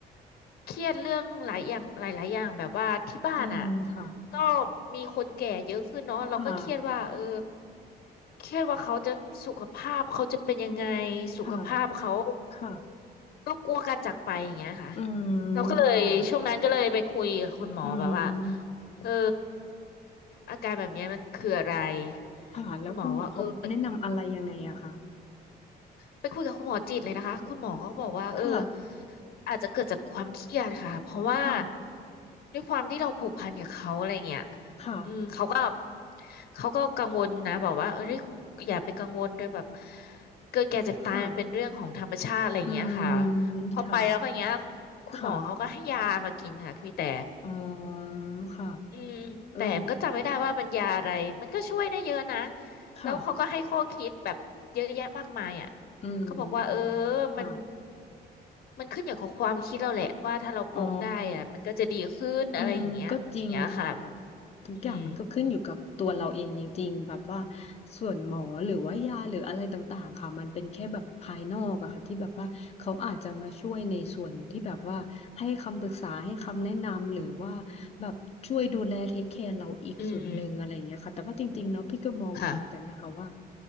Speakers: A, on the left (about 65°); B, on the left (about 40°).
A: เครียดเรื่องหลายอย่างหลายๆอย่างแบบว่าที่บ้านอ่ะ
B: จริงค่ะ
A: ก็มีคนแก่เยอะขึ้นเนาะเราก็เครียดว่าเออ
B: ค่ะ
A: เครียดว่าเขาจะสุขภาพเขาจะเป็นยังไงสุขภาพเขา
B: ค่ะค่ะ
A: ก็กลัวการจากไปอย่างเงี้ยค่ะ
B: อืม
A: เราก็เลยช่วงนั้นก็เลยไปคุยกับคุณหมอแบบว่า
B: ค่ะอืม
A: เอออาการแบบเนี้ยมันคืออะไร
B: ค่ะแล้วคุณหมอเขาแนะนำอะไรยังไงอะคะ
A: คุณหมอว่าเออไปไปคุยกับคุณหมอจิตเลยนะคะคุณหมอก็บอกว่าเออ
B: ค่ะ
A: อาจจะเกิดจากความเครียดค่ะเพราะว่า
B: ค่ะ
A: ด้วยความที่เราผูกพันกับเขาอะไรเงี้ย
B: ค่ะ
A: อืมเขาก็เขาก็กังวลนะบอกว่าเอออย่าไปกังวลโดยแบบเกิดแก่เจ็บตายมันเป็นเรื่องของธรรมชาติอะไรเงี้ยค่ะ
B: ค่ะอืมค่ะ
A: พอไปแล้วก็อย่างเงี้ยคุณหมอเขาก็ให้ยามากินค่ะพี่แต่
B: ค่ะอ๋อค่ะ
A: อืมแต่มันก็จำไม่ได้ว่าเป็นยาอะไรมันก็ช่วยได้เยอะนะ
B: เออค่ะ
A: แล้วเขาก็ให้ข้อคิดแบบเยอะแยะมากมายอ่ะ
B: อืมค่ะ
A: เขาบอกว่าเออมันมันขึ้นอยู่กับความคิดเราแหละว่าถ้าเราปลงได้อ่ะมันก็จะดีขึ้นอะไรอย่างเงี้ยอย่างเงี้ยค่ะ
B: อ๋อ อืมก็จริงค่ะแบบทุกอย่างมันก็ขึ้นอยู่กับตัวเราเองจริงๆแบบว่า
A: อืม
B: ส่วนหมอหรือว่ายาหรืออะไรต่างๆค่ะมันเป็นแค่แบบภายนอกอะค่ะที่แบบว่าเขาอาจจะมาช่วยในส่วนที่แบบว่าให้คำปรึกษาให้คำแนะนำหรือว่าแบบช่วยดูแลเทคแคร์เราอีกส่วนหนึ่งอะไรอย่างเงี้ยค่ะแต่ว่าจริงๆแล้วพี่ก็มองเหมือนกันนะคะว่า
A: อืมค่ะ